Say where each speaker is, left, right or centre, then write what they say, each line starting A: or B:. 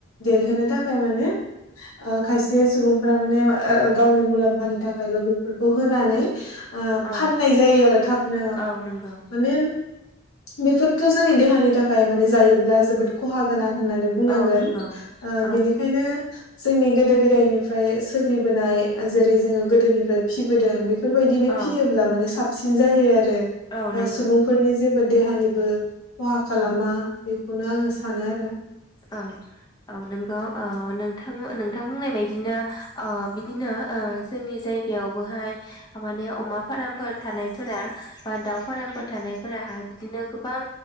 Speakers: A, on the left; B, on the left.
A: देरहोनो थाखाय माने ओ खायसे सुबुंफोरा माने ओ गावनि मुलाम्फानि थाखाय बेफोरखौ होनानै ओ
B: औ
A: फाननाय जायो आरो थाबनो
B: औ नंगौ
A: माने बेफोरथ जोंनि देहानि थाखाय माने जायोब्ला जोबोद खहा गोनां होननानै बुंनांगोन
B: औ नंगौ
A: ओ
B: औ
A: बेनिखायनो जोंनि गोदो गोदायनिफ्राय सोलिबोनाय जेरै जोङो गोदोनिफ्राय फिसिबोदों बेखौ बेफोरबायदिनो
B: औ
A: फिसियोब्ला माने साफ साबसिन जायो आरो। रो
B: औ नंगौ
A: ओ सुबुंफोरनि जो देहानिबो खहा खालामा
B: औ
A: बेखौनो आङो सान सानो आरो।
B: औ औ नोंगौ ओ नोंथां। बिथां बुंनाय बायदिनो ओ बि बिदिनो ओ जोंनि जायगायावबोहाय माने अमा फार्मफोर थानायफोरा बा दाउ फारमफोर थानायफोराहाय बिदिनो गोबां